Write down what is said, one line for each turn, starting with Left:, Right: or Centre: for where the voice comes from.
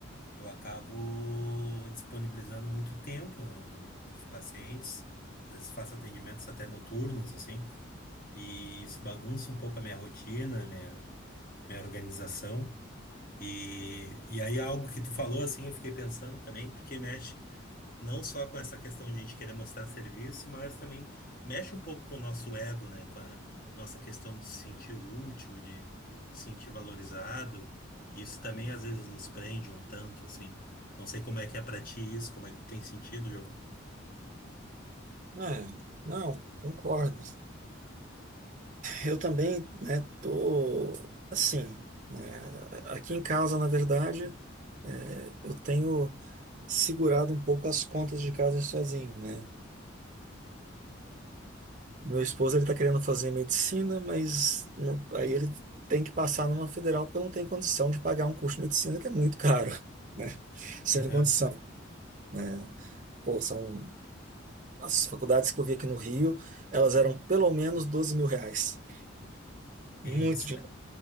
Left: eu acabo disponibilizando muito tempo, né, para os pacientes. Às vezes faço atendimentos até noturnos, assim, e isso bagunça um pouco a minha rotina, minha, minha organização. E, e aí algo que tu falou, assim, eu fiquei pensando também, porque mexe não só com essa questão de a gente querer mostrar serviço, mas também mexe um pouco com o nosso ego, né? Com a nossa questão de se sentir útil, de se sentir valorizado. Isso também às vezes nos prende um tanto, assim. Não sei como é que é pra ti isso, como é que tem sentido, Giovanni.
Right: É, não, concordo. Eu também, né, tô assim, né, aqui em casa, na verdade, eh, eu tenho segurado um pouco as contas de casa sozinho, né? Meu esposo ele está querendo fazer medicina, mas não- aí ele tem que passar numa federal porque não tem condição de pagar um curso de medicina que é muito caro, <laughs> né? Sem
Left: Aham.
Right: condição, né? Pô, são as faculdades que eu vi aqui no Rio, elas eram pelo menos doze mil reais.
Left: Que
Right: Muito
Left: isso,
Right: dinheiro,
Left: cara.